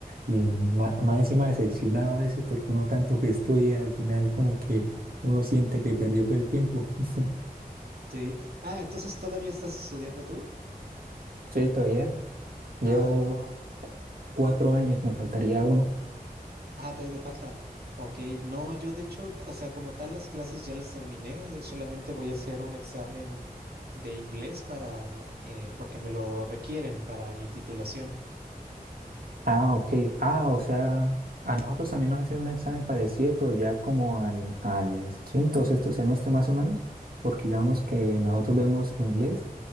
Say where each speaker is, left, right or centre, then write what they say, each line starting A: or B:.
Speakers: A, on the right (about 70°); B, on the right (about 85°).
A: y ma- más, encima decepcionado a veces porque uno tanto que estudia, al final como que uno siente que perdió fue el tiempo. <laughs>
B: Sí. Ah, entonces ¿todavía estás estudiando tú?
A: Sí, todavía llevo
B: Ah, no.
A: cuatro años, me faltaría uno.
B: Ah, todavía te falta. Ok, no, yo de hecho, o sea, como tal las clases ya las terminé, solamente voy a hacer un examen de inglés para, eh, porque me lo requieren para mi titulación.
A: Ah, ok. Ah, o sea, a nosotros también nos hacen un examen parecido, pero ya como al, al quinto o sexto semestre más o menos, porque digamos que nosotros vemos inglés